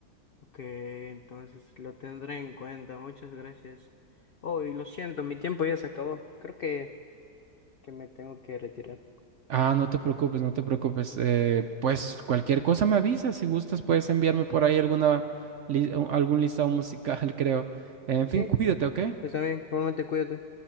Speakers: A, on the left; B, on the right.
A: Ok, entonces lo tendré en cuenta, muchas gracias. Oh, y lo siento, mi tiempo ya se acabó. Creo que... que me tengo que retirar.
B: Ah, no te preocupes, no te preocupes. Eh, pues cualquier cosa me avisas. Si gustas, puedes enviarme por ahí alguna, li- algún listado musical, <laughs> creo. En
A: Sí,
B: fin, cuídate, ¿ok?
A: está bien, igualmente cuídate.